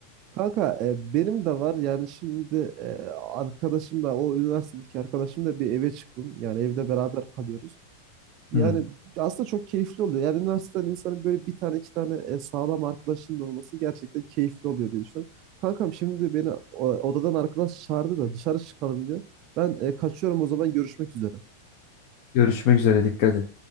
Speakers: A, on the right; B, on the left.
A: kanka e, benim de var yani şimdi e, arkadaşım da o üniversitedeki arkadaşım da bir eve çıktım. Yani evde beraber kalıyoruz. Yani
B: Hı.
A: aslında çok keyifli oluyor. Yani üniversiteden insanın böyle bir tane iki tane e, sağlam arkadaşının olması gerçekten keyifli oluyor diye düşünüyorum. Kankam şimdi beni o- odadan arkadaş çağırdı da dışarı çıkalım diyor. Ben e, kaçıyorum o zaman görüşmek üzere.
B: Görüşmek üzere dikkat et.